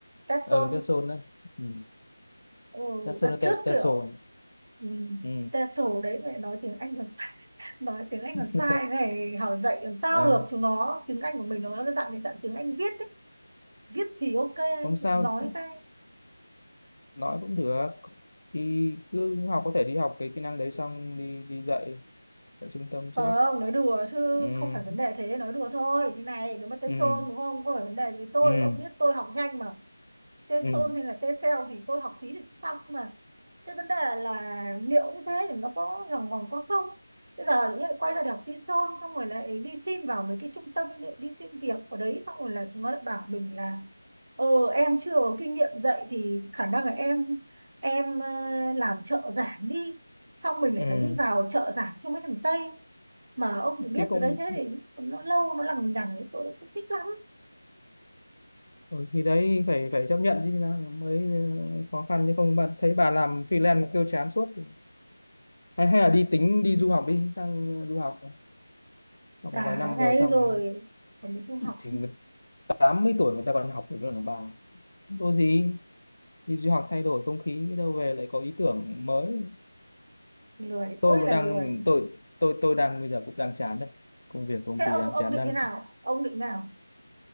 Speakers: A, on the right; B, on the left.
A: TESOL
B: Ờ Tesson đấy. Ừ.
A: ừ,
B: Tesson
A: đặt
B: hay
A: trước
B: Te- Tesson.
A: kiểu ừ,
B: Ừ.
A: TESOL đấy lại nói tiếng Anh còn sai <laughs> nói tiếng Anh
B: <laughs>
A: còn sai này hỏi dạy làm sao
B: Ờ,
A: được chúng nó tiếng Anh của mình nó là cái dạng cái dạng tiếng Anh viết ấy. viết thì ok
B: không sao,
A: nói ra
B: nói cũng được. Thì cứ học có thể đi học cái kỹ năng đấy xong đi đi dạy tại trung tâm trước.
A: không nói đùa chứ
B: Ừ.
A: không phải vấn đề thế nói đùa thôi như này nếu mà TESOL
B: Ừ.
A: đúng không không phải vấn đề gì với tôi
B: Ừ.
A: ông biết tôi học nhanh mà T-son
B: Ừ.
A: hay là T-cell thì tôi học tí thì cũng xong mà cái vấn đề là liệu như thế thì nó có lòng vòng có không bây giờ tự nhiên lại quay ra để học T-son xong rồi lại đi xin vào mấy cái trung tâm để đi xin việc ở đấy xong rồi là chúng nó lại bảo mình là ờ em chưa có kinh nghiệm dạy thì khả năng là em em ờ, làm trợ giảng đi xong mình lại
B: Ừ.
A: phải đi vào trợ giảng cho mấy thằng Tây mà ông được biết
B: Thì không
A: rồi đấy thế thì nó lâu nó lằng nhằng tôi cũng không thích lắm
B: ừ, thì đấy phải phải chấp nhận chứ nào mới khó khăn chứ không bạn thấy bà làm freelance mà kêu chán suốt thì hay hay là đi tính đi du học đi sang du học Xong
A: giả
B: vài năm
A: này
B: về xong
A: rồi còn mình du học
B: thì người 80 tuổi người ta còn học được nữa là bà có gì đi du học thay đổi không khí biết đâu về lại có ý tưởng mới
A: lười
B: tôi
A: ơi
B: cũng
A: là
B: đang
A: lười
B: tôi tôi tôi đang bây giờ cũng đang chán đấy công việc công
A: thế
B: ty
A: ông
B: đang
A: ông
B: chán
A: định
B: đang
A: thế nào ông định nào